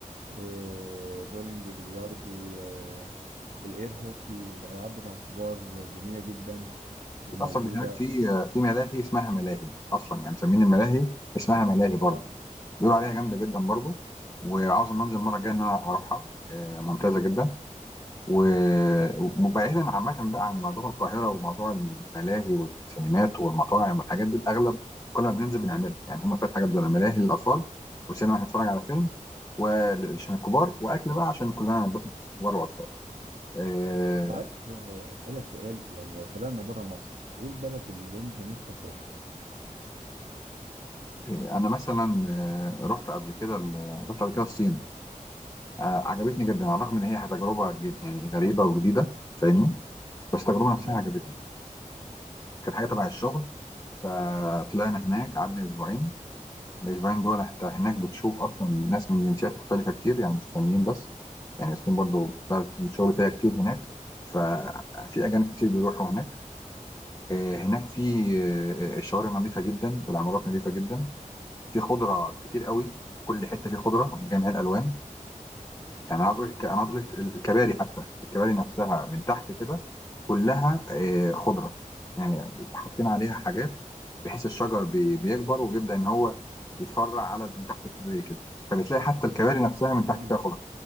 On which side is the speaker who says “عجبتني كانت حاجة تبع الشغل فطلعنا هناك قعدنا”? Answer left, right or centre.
Left